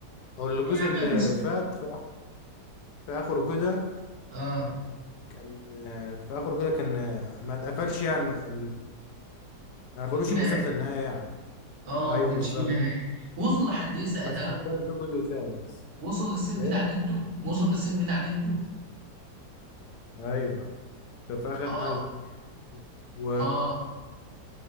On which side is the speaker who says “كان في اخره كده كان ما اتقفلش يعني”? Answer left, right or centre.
Left